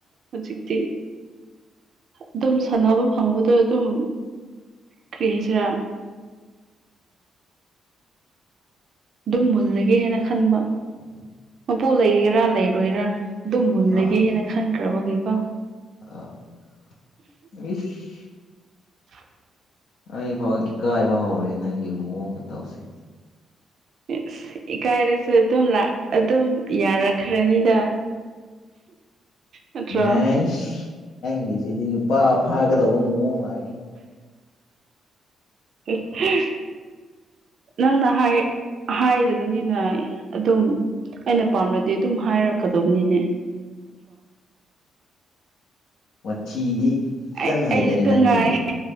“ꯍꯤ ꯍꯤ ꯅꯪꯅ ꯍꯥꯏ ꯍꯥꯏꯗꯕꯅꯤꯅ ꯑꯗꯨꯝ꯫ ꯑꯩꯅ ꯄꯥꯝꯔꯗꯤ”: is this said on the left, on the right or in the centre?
Right